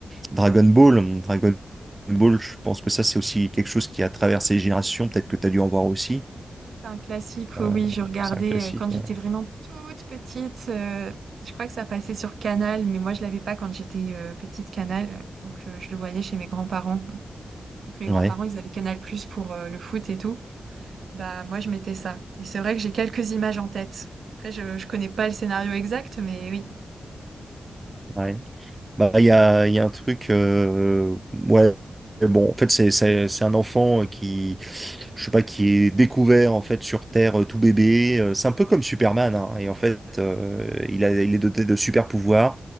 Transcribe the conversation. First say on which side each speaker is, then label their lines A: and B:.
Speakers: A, on the right (about 15°); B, on the right (about 75°).
A: Dragon Ball. Dragon Ball, je pense que ça c'est aussi quelque chose qui a traversé les générations. Peut-être que tu as dû en voir aussi.
B: C'est un classique, oui,
A: Euh,
B: oui, je regardais
A: c'est un classique.
B: euh, quand j'étais
A: Ouais,
B: vraiment toute petite. euh, je crois que ça passait sur Canal, mais moi je l'avais pas quand j'étais euh, petite Canal, euh, donc euh, je le voyais chez mes grands-parents. Vu que mes
A: ouais.
B: grands-parents, ils avaient Canal+ Plus pour euh, le foot et tout, bah moi je mettais ça. Et c'est vrai que j'ai quelques images en tête. Après, je, je connais pas le scénario exact, mais oui.
A: ouais. Bah, il y a, il y a un truc, euh, ouais, bon, en fait, c'est, c'est, c'est un enfant euh, qui, je sais pas, qui est découvert, en fait, sur Terre, euh, tout bébé. Euh, C'est un peu comme Superman, hein. et en fait, euh, il a, il est doté de super pouvoirs.